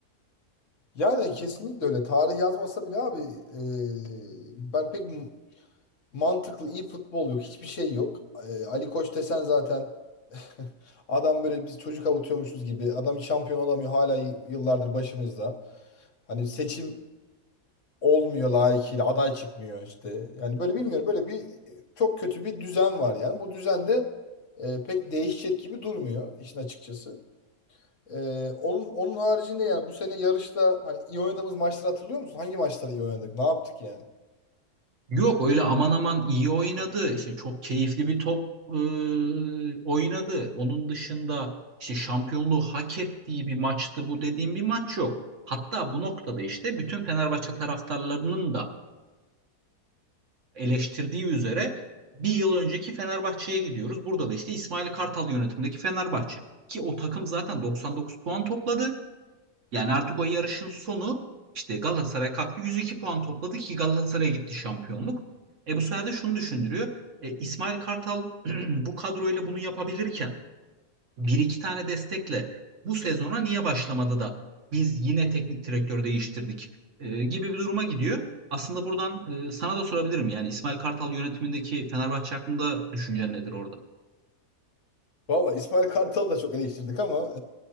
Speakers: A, on the left (about 55°); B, on the right (about 55°).
A: Yani kesinlikle öyle. Tarih yazmasa bile abi e, ben pek m- mantıklı iyi futbol yok. Hiçbir şey yok. E, Ali Koç desen zaten <laughs> adam böyle biz çocuk avutuyormuşuz gibi. Adam şampiyon olamıyor hala y- yıllardır başımızda. Hani seçim olmuyor layıkıyla aday çıkmıyor işte. Yani böyle bilmiyorum böyle bir e, çok kötü bir düzen var yani. Bu düzen de e, pek değişecek gibi durmuyor işin açıkçası. Ee, onun onun haricinde yani bu sene yarışta hani iyi oynadığımız maçları hatırlıyor musun? Hangi maçları iyi oynadık? Ne yaptık yani?
B: Yok öyle aman aman iyi oynadı. işte çok keyifli bir top ıı, oynadı. Onun dışında işte şampiyonluğu hak ettiği bir maçtı bu dediğim bir maç yok. Hatta bu noktada işte bütün Fenerbahçe taraftarlarının da eleştirdiği üzere bir yıl önceki Fenerbahçe'ye gidiyoruz. Burada da işte İsmail Kartal yönetimindeki Fenerbahçe. Ki o takım zaten 99 puan topladı. Yani artık o yarışın sonu işte Galatasaray kalktı 102 puan topladı ki Galatasaray'a gitti şampiyonluk. E bu sefer de şunu düşündürüyor. E, İsmail Kartal <clears throat> <laughs> bu kadroyla bunu yapabilirken bir iki tane destekle bu sezona niye başlamadı da biz yine teknik direktör değiştirdik e, gibi bir duruma gidiyor. Aslında buradan e, sana da sorabilirim yani İsmail Kartal yönetimindeki Fenerbahçe hakkında düşüncen nedir orada?
A: Valla İsmail Kartal'ı da çok eleştirdik ama